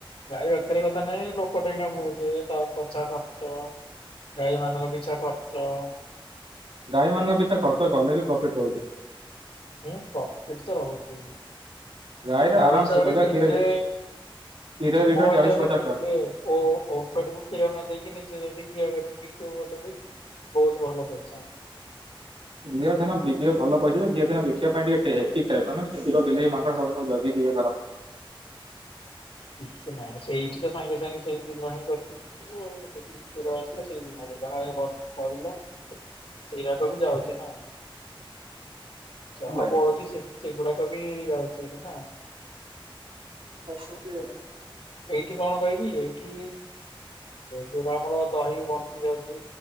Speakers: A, on the left; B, on the right.
A: ଗାଈ ରଖିବାର କଥା ନାଇଁ ଲୋକଟେ ଏଇନା ଭହୁଛେ ତା ପିଛା ଖର୍ଚ ଗାଈ ମାନଙ୍କ ପିଛା ଖର୍ଚ
B: ଗାଈ ମାନଙ୍କ ପଛରେ ଖର୍ଚ୍ଚ କଲେ ବି ପ୍ରଫିଟ୍ ରହୁଛି।
A: ହୁଁ ପ୍ରଫିଟ ତ ରହୁଛି।
B: ଗାଈରେ
A: ମୋ
B: ଆରାମ
A: ହିସାବରେ
B: ସେ କହିଲେ
A: ନିଜେ
B: କ୍ଷୀର କ୍ଷୀର ଲିଟର
A: ମୋ ହିସାବରେ
B: ଚାଳିଶ ପଚାଶ
A: ନିଜେ
B: ଟଙ୍କା।
A: ଓମ୍ଫେଡ଼୍ କୁ କ୍ଷୀର ନ ଦେଇ କି ନିଜ ବିିିକି ଆଗର କିି। <unintelligible> ବହୁତ ଭଲ କରିଚ।
B: ଘିଅ ଛନା ବିକିବା ଭଲ ପଇସା ଘିଅ ଛନା ବିକିବା ପାଇଁ ଟିକୀର ବିଲେଇ ମାଙ୍କ ସବୁୁ ଜଗିକି ଇଏ କର।
A: କିଛି ନାଇଁ ସେଇଠି ତ ସାଙ୍ଗେ ସାଙ୍ଗେ ସେଇ ଦିନ ହିଁ କରିକିିବ ଯେତିକି କ୍ଷୀର ଆସିଲା ସେଇ ଦିନରେ ଯାହା ପଡିଲା ସିରାକୁ ବି ଯାଉଚି ନା।
B: ହଁ
A: ଯାହା ବଢୁଚି ସେଗୁଡାକ ବି ଯାଉ ସେଇଟା ନା।
B: <inaudible>
A: ଏଇଠି କଣ କହିବି ଏଇଠି ଯୋଉଟା ଆମର ଦହି ବଞ୍ଚି ଯାଉଚି,